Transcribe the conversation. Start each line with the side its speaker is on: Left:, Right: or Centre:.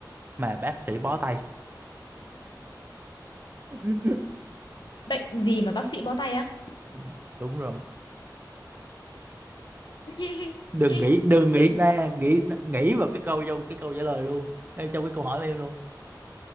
Right: mà bác sĩ bó tay? <laughs>
Left: bệnh gì mà bác sĩ bó tay á
Right: Ừ, Đúng rồi.
Left: <laughs>
Right: Đừng nghĩ, đừng nghĩ ra, nghĩ nghĩ vào cái câu trong cái câu trả lời luôn. Ngay trong cái câu hỏi của em luôn.